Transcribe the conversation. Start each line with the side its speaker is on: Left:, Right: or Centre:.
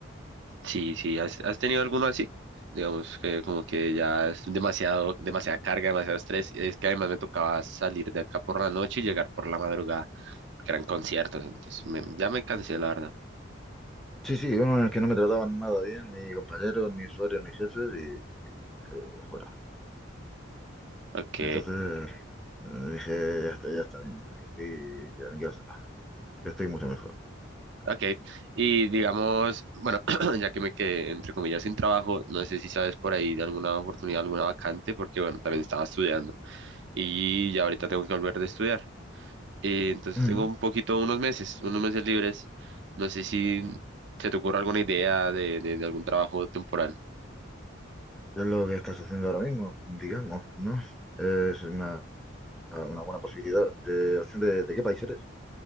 Right: Sí, sí, ¿has, has tenido alguno así? Digamos que como que ya es demasiado, demasiada carga, demasiado estrés. Es que además me tocaba salir de acá por la noche y llegar por la madrugada, porque eran conciertos, entonces me- ya me cansé, la verdad.
Centre: Sí, sí, uno en el que no me trataban nada bien, ni compañeros, ni usuarios, ni jefes, y, y dije, fuera.
Right: Ok,
Centre: Entonces eh, dije, ya está, ya está bien, me cogí y dije, a mi casa, que estoy mucho mejor.
Right: Ok, y digamos, bueno, <clears throat> ya que me quedé entre comillas sin trabajo, no sé si sabes por ahí de alguna oportunidad, alguna vacante, porque bueno, también estaba estudiando y ya ahorita tengo que volver de estudiar. Eh, entonces
Centre: Ujú.
Right: tengo un poquito, unos meses, unos meses libres. No sé si se te ocurre alguna idea de, de, de algún trabajo temporal
Centre: Es lo que estás haciendo ahora mismo, digamos, ¿no? Es una Ah, una buena posibilidad. De, opción de, ¿de qué país eres?